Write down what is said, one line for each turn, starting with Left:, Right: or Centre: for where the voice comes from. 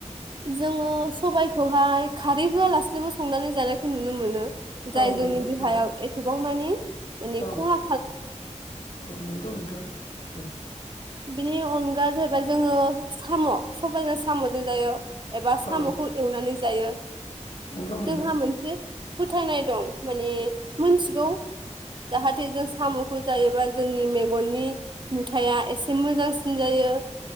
Right: जोङो सबाइखौहाय खारै होआलासिनोबो संनानै जानायखौ नुनो मोनो,
Left: औ
Right: जाय जोंनि
Left: नंगौ
Right: देहायाव
Left: नोंथां
Right: एथबांमानि माने
Left: औ
Right: खहा
Left: औ नंगौ नोंथां औ
Right: बिनि अनगा जाहैबाय जोङो साम सबायाइजों सामजों जायो, एबा सामखौ
Left: औ
Right: एवनानै जायो
Left: नंगौ नोंथां
Right: जोंहा मोनसे, फोथायनाय दं माने मोनथिगौ जाहाथे जों, सामखौ जायोबा जोंनि मेगननि नुथाया एसे मोजांसिन जायो